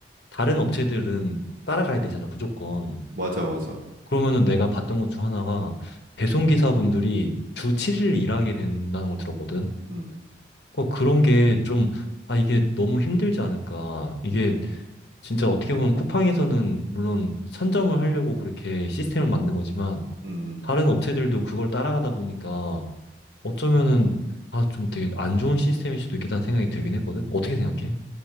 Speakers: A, on the left (about 60°); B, on the right (about 45°).
A: 다른 업체들은 따라가야 되잖아, 무조건.
B: 맞아 맞아.
A: 그러면은 내가 봤던 것 중 하나가 배송기사분들이 주 7일 일하게 된다는 걸 들었거든.
B: 음,
A: 어, 그런 게 좀, 아, 이게 너무 힘들지 않을까. 이게
B: 음,
A: 진짜 어떻게 보면 쿠팡에서는 물론 선점을 하려고 그렇게 시스템을 만든 거지만
B: 음, 음.
A: 다른 업체들도 그걸 따라가다 보니까 어쩌면은 아, 좀 되게 안 좋은 시스템일 수도 있겠다는 생각이 들긴 했거든. 어떻게 생각해?
B: 음.